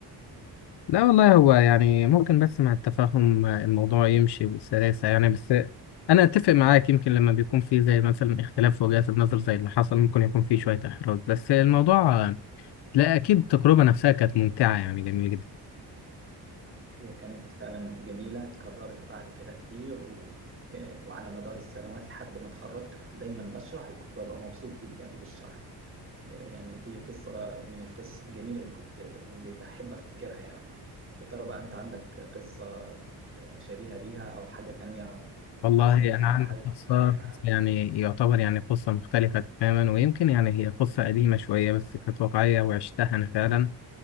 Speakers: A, on the left; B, on the right.
A: لا والله هو يعني ممكن بس مع التفاهم الموضوع يمشي بسلاسة يعني بس أنا أتفق معاك يمكن لما بيكون في زي مثلا اختلاف في وجهات النظر زي اللي حصل ممكن يكون في شوية إحراج بس الموضوع لا أكيد التجربة نفسها كانت ممتعة يعني جميلة جدا
B: هي كانت فعلا جميلة اتكررت بعد كده كتير و... آه، وعلى مدار السنوات لحد ما اتخرجت كنت دايما بشرح وكنت ببقى مبسوط جدا بالشرح يعني دي قصة من القصص الجميلة اللي كنت اللي بحب أفتكرها يعني يا ترى بقى أنت عندك قصة آه، شبيهة بيها أو حاجة تانية
A: والله
B: حصلت
A: أنا
B: لك
A: عندي
B: حابب
A: قصة
B: تحكيها
A: بس يعني يعتبر يعني قصة مختلفة تماما ويمكن يعني هي قصة قديمة شوية بس كانت واقعية وعشتها أنا فعلا